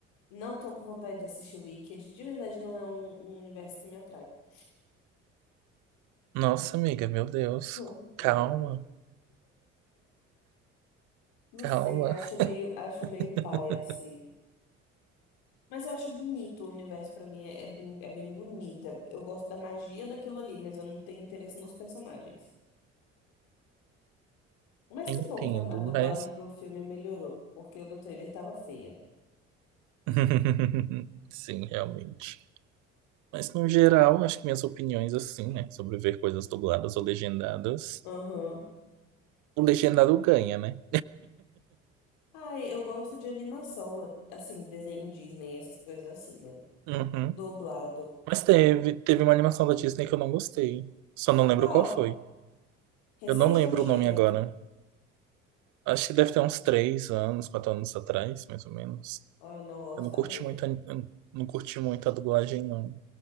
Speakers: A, on the left; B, on the right.
A: Não tô com vontade de assistir Wicked. De verdade, não é um, um universo que me atrai. <laughs>
B: Nossa, amiga, meu Deus.
A: Hum. É,
B: Calma,
A: amigo. Não
B: calma.
A: sei, acho meio, acho
B: <laughs>
A: meio paia, assim. Mas eu acho bonito o universo pra mim, é, é, bem- é bem bonito. É- Eu gosto da magia daquilo ali, mas eu não tenho interesse nos personagens. Mas
B: Entendo,
A: que bom que a, a
B: mas.
A: dublagem do filme melhorou, porque o do trailer tava feia.
B: <laughs> Sim, realmente. Mas, no geral, acho que minhas opiniões, assim, né? Sobre ver coisas dubladas ou legendadas.
A: Aham.
B: O legendado ganha, né?
A: Ai, eu gosto de animação, assim, desenho Disney, essas coisas assim, né?
B: Uhum.
A: Dublado.
B: Mas teve, teve uma animação da Disney que eu não gostei. Só não lembro
A: Qual?
B: qual foi.
A: Recente
B: Eu não lembro
A: ou antiga?
B: o nome agora. Acho que deve ter uns três anos, quatro anos atrás, mais ou menos.
A: Ah, não vou
B: Eu
A: saber.
B: não curti muito a, eu não curti muito a dublagem, não.